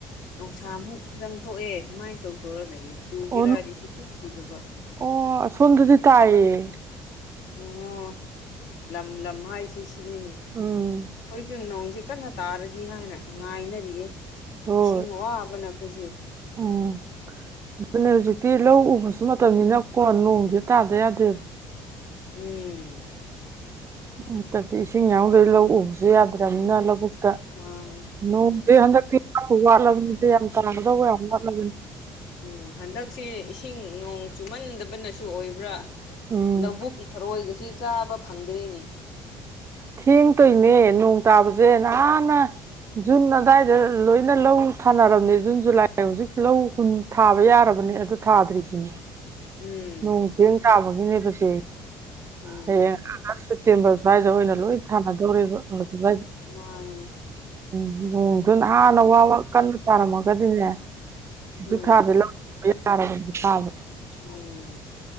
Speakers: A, on the left (about 75°); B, on the right (about 35°).
A: ꯅꯨꯡꯁꯥꯃꯨꯛ ꯈꯤꯇꯪ ꯊꯣꯛꯑꯦ ꯁꯨꯃꯥꯏꯅ ꯇꯧ ꯇꯧꯔ ꯂꯩꯔꯤꯁꯦ ꯆꯨꯒꯦꯔꯗꯤ
B: ꯑꯣ
A: ꯁꯨꯛꯁꯨꯨ ꯆꯨꯗꯕ
B: ꯑꯣ ꯑꯁꯣꯝꯗꯗꯤ ꯇꯥꯏꯌꯦ
A: ꯑꯣꯍꯣ ꯂꯝ ꯂꯝ ꯍꯥꯏꯁꯤ ꯁꯤꯅꯤꯅꯤ
B: ꯑꯣ
A: ꯑꯩꯈꯣꯏꯁꯨ ꯅꯣꯡꯁꯤꯦ ꯀꯟꯅ ꯇꯥꯔꯗꯤ ꯍꯥꯏꯅ ꯉꯥꯏꯅꯔꯤꯌꯦ
B: ꯍꯣꯏ
A: ꯏꯁꯤꯡ ꯋꯥꯕꯅ ꯑꯩꯈꯣꯏꯁꯦ
B: ꯎꯝ ꯑꯗꯨꯅꯦ ꯍꯧꯖꯤꯛꯇꯤ ꯂꯧ ꯎꯕꯁꯨ ꯃꯇꯝꯅꯤꯅꯀꯣ ꯅꯣꯡꯗꯤ ꯇꯗꯦ ꯑ ꯑꯗꯨ
A: ꯎꯝ
B: ꯠꯇꯗꯤ ꯏꯁꯤꯡ ꯌꯥꯎꯈꯩ ꯂꯧ ꯎꯕꯁꯨ ꯌꯥꯗ꯭ꯔꯅꯤꯅ ꯂꯧꯕꯨꯛꯇ
A: ꯑ
B: ꯅꯣꯡꯗꯤ ꯍꯟꯗꯛꯛꯇꯄꯨ ꯋꯥ ꯂꯕꯅꯤꯗ ꯌꯥꯝ ꯇꯔꯗ ꯌꯥꯝ ꯋꯥ ꯂꯅꯤ
A: ꯎꯝ ꯍꯟꯗꯛꯁꯦ ꯏꯁꯤꯡ ꯅꯣꯡ ꯆꯨꯝꯃꯟꯗꯕꯅꯁꯨ ꯁꯨ ꯑꯣꯏꯕ꯭ꯔꯥ
B: ꯎꯝ
A: ꯂꯧꯕꯨꯛꯀꯤ ꯊꯔꯣꯏꯒꯁꯤ ꯆꯥꯕ ꯐꯪꯗ꯭ꯔꯦꯅꯦ
B: ꯊꯦꯡꯇꯣꯏꯅꯦ ꯅꯣꯡ ꯇꯥꯕꯁꯦ ꯅꯍꯥꯟꯟꯅ ꯖꯨꯟ ꯑꯗꯥꯋꯥꯏꯗ ꯂꯣꯏꯅ ꯂꯧ ꯊꯥꯅꯔꯝꯅꯦ ꯖꯨꯟ ꯖꯨꯂꯥꯏ ꯍꯧꯖꯤꯛ ꯂꯧ ꯍꯨꯟ ꯊꯥꯕ ꯌꯥꯔꯕꯅꯦ ꯑꯗꯨ ꯊꯥꯗ꯭ꯔꯤꯁꯤꯅꯤ
A: ꯎꯝ
B: ꯅꯣꯡꯊꯦꯡ ꯇꯥꯕꯒꯤꯅꯦꯕꯁꯦ
A: ꯎꯝ
B: ꯍꯌꯦꯡ ꯑ ꯁ꯭ꯋꯥꯏꯗ ꯑꯣꯏꯅ ꯂꯣꯏ ꯊꯥꯅꯗꯧꯔꯕꯏꯗ
A: ꯃꯥꯅꯤ
B: ꯎꯝ ꯎꯝ ꯑꯗꯨꯅ ꯍꯥꯟꯅ ꯋꯥ ꯀꯟꯅ ꯇꯥꯔꯝꯃꯒꯗꯤꯅꯦ
A: ꯎꯝ
B: ꯖꯤꯨꯀꯥꯥꯁ ꯂ ꯌꯥꯔꯕꯥꯕ
A: ꯎꯝ